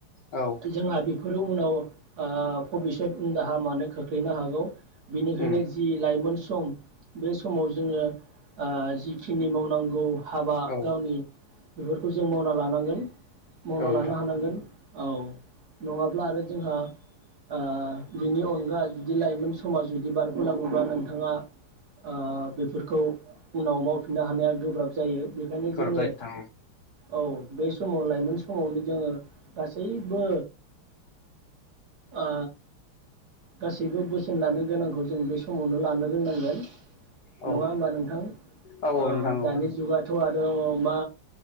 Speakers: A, on the left; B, on the right.
A: औ
B: जोंहा बेफोर उनाव ओ भबिसत उन दाहा मानो खोख्लैनो हागौ बिनिखायनो
A: उम
B: जि लाइमोन सम बे समाव जोङो ओ जिखिनि मावनांगौ हाबा
A: औ
B: गावनि बेफोरखौ जों मावना लानांगोन। मावना
A: नोंथां
B: लानो हानांगोन। औ नङाब्ला आरो जोंहा ओ बिनि अनगा जुदि लाइमोन समा जुदि बारगलाङोब्ला नोंथाङा ओ बेफोरखौ उनाव मावफिननो हानाया गोब्राब जायो बेखायनो
A: गोब्राब
B: जोङो
A: जायो नोंथां
B: औ बे समाव लाइमोन समावनो जोङो गासैबो ओ गासैबो बोसोन लानो गोनांखौ जों बे समावनो लानो रोंनांगोन।
A: औ
B: नङा होमबा नोंथां ओ
A: औ नोंथां औ
B: दानि जुगा थ आरो मा